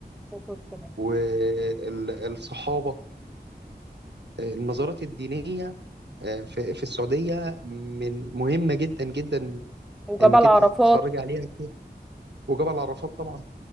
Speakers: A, in the centre; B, on the right.
A: والصلاة والسلام.
B: والصحابة آه، المزارات الدينية آه، في في السعودية من مهمة جدا جدا
A: وجبل
B: انك انت
A: عرفات
B: تتفرجي عليها كده وجبل عرفات طبعا